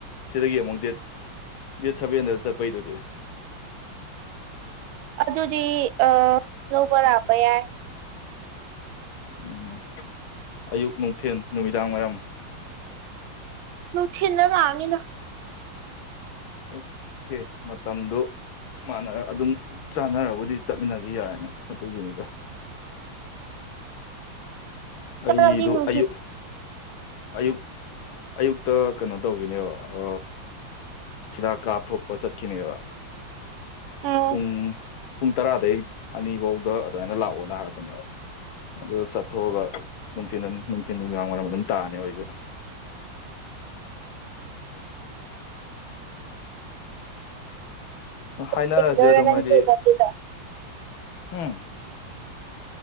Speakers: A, on the left (about 80°); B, on the right (about 80°).
A: ꯁꯤꯗꯒꯤ ꯑꯃꯨꯛ ꯗꯦꯠ ꯗꯦꯠ ꯁꯕꯦꯟꯗ ꯆꯠꯄꯩꯗꯨꯗꯤ
B: ꯑꯗꯨꯗꯤ ꯑ ꯅꯕꯔ ꯍꯥꯕ ꯌꯥꯏ
A: ꯎꯝ ꯑꯌꯨꯛ ꯅꯨꯡꯊꯜ ꯅꯨꯃꯤꯗꯥꯡꯋꯥꯏꯔꯝ
B: ꯅꯨ ꯊꯤꯜꯅꯒꯥꯅꯤꯗ
A: ꯑꯣꯀꯦ ꯃꯇꯝꯗꯨꯣ ꯃꯥꯟꯅꯔ ꯑꯗꯨꯝ ꯆꯥꯟꯅꯔꯕꯨꯗꯤ ꯆꯠꯃꯤꯟꯅꯈꯤ ꯌꯥꯔꯦꯅ ꯑꯗꯨꯒꯤꯅꯤꯗ
B: ꯆꯠꯂꯗꯤ
A: ꯑꯩꯗꯨ
B: ꯅꯨꯡꯊꯤꯟ
A: ꯑꯌꯨ ꯑꯌꯨ ꯑꯌꯨꯛꯇ ꯀꯩꯅꯣ ꯇꯧꯈꯤꯅꯦꯕ ꯑ ꯍꯤꯗꯥꯛ ꯀꯥꯞꯊꯣꯛꯄ ꯆꯠꯈꯤꯅꯦꯕ
B: ꯎꯝ
A: ꯄꯨꯡ ꯄꯨꯡ ꯇꯔꯥꯗꯒꯤꯩ ꯑꯅꯤꯐꯧꯗ ꯑꯗꯨꯃꯥꯏꯅ ꯂꯥꯛꯑꯣꯅ ꯍꯥꯏꯔꯛꯄꯅꯦꯕ ꯑꯗꯨ ꯆꯠꯊꯣꯛꯑꯒ ꯅꯨꯡꯊꯤꯟ ꯅꯨꯡꯊꯤꯟ ꯅꯨꯃꯤꯗꯥꯡ ꯋꯥꯏꯔꯝ ꯑꯗꯨꯝ ꯇꯥꯔꯅꯤ ꯑꯩꯏꯁꯨ ꯍꯥꯏꯅꯔꯁꯦ
B: ꯂꯩꯒꯗꯣꯏꯔꯥ
A: ꯑꯗꯨꯝ
B: ꯅꯪꯒꯤ
A: ꯍꯥꯏꯗꯤ
B: ꯂꯩꯐꯝꯗꯨꯗ
A: ꯎꯝ